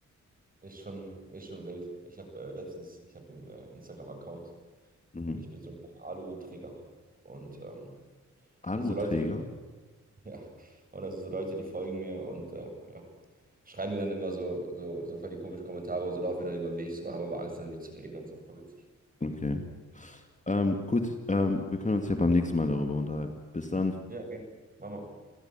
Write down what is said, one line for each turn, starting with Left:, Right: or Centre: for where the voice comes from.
Right: Ist schon, ist schon wild. Ich habe äh, letztens, ich habe einen äh, Instagram-Account
Left: Mhm.
Right: und ich bin so ein Alu-Träger. Und ähm,
Left: Aluträger?
Right: das sind so Leute, die, <laughs> ja, und das sind so Leute, die folgen mir und äh, ja, schreiben mir dann immer so, so, so voll die komischen Kommentare und so laufen mir dann über den Weg, so haben aber Angst, dann mit zu reden und so. Voll witzig.
Left: Okay. Ähm, gut, ähm, wir können uns ja beim nächsten Mal darüber unterhalten. Bis dann.
Right: Ja, gerne. Mach mal.